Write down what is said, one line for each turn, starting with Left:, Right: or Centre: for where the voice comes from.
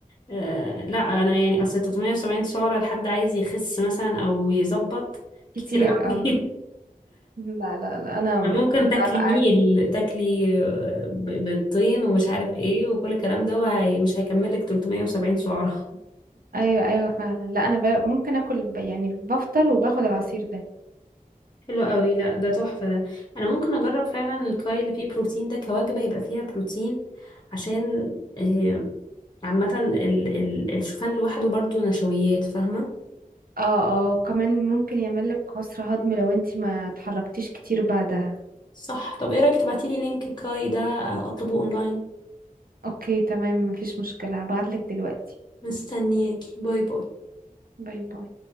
Left: آه، لا انا يعني اصل 370 سعرة لحد عايز يخس مثلا او يظبط
Right: كتير
Left: كتير قوي
Right: اه لا لا لا انا
Left: <laughs> ممكن
Right: ببقى
Left: تاكلي ميل
Right: عايزة
Left: تاكلي آه، ب- بيضتين ومش عارف ايه وكل الكلام ده وهي مش هيكملك 370 سعرة
Right: ايوه ايوه فعلا لا انا ب... ممكن اكل ب... يعني بفطر وباخد العصير ده
Left: حلو قوي لا ده تحفة ده انا ممكن اجرب فعلا الكاي اللي فيه بروتين ده كوجبة يبقى فيها بروتين عشان آه، عامة ال ال الشوفان لوحده برضو نشويات فاهمة
Right: اه اه وكمان ممكن يعمل لك عسر هضم لو انتي ما اتحركتيش كتير بعدها
Left: صح طب ايه رأيك تبعتيلي لينك كاي ده آه، اطلبه اونلاين
Right: اوكي تمام مفيش مشكلة هبعتلك دلوقتي
Left: مستنياكي باي باي
Right: باي باي